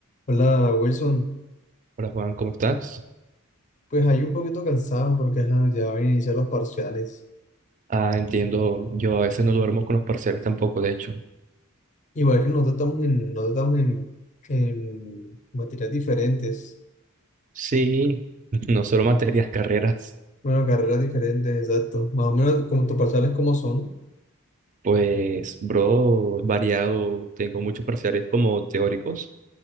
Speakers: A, on the left; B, on the right.
A: Hola Wilson,
B: Hola Juan, ¿cómo estás?
A: pues ahí un poquito cansado porque ajá, ya van a iniciar los parciales.
B: Ah, entiendo, yo a veces no duermo con los parciales tampoco, de hecho.
A: Igual que nosotros estamos en, nosotros estamos en, en materias diferentes,
B: Sí, <laughs> no solo materias, <laughs> carreras.
A: bueno, carreras diferentes, exacto. Más o menos como tus parciales como son,
B: Pues, bro, variado, tengo muchos parciales como teóricos